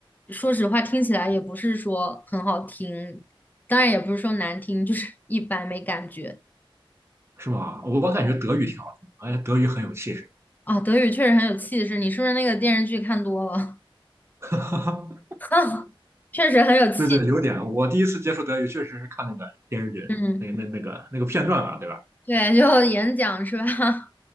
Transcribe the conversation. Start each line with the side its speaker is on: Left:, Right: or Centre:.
Left: 说实话，听起来也不是说很好听，当然也不是说难听，就是 <laughs> 一般没感觉
Right: 是吧？我我感觉德语挺好听，而且德语很有气势。
Left: 啊。德语确实很有气势，你是不是那个电视剧看多了？
Right: <laughs>
Left: <laughs> 确实很有气，
Right: 对对，有点。我第一次接触德语确实是看那个电视剧，
Left: 嗯。
Right: 那个那那个那个片段嘛，对吧？
Left: 对，<laughs> 就演讲是吧？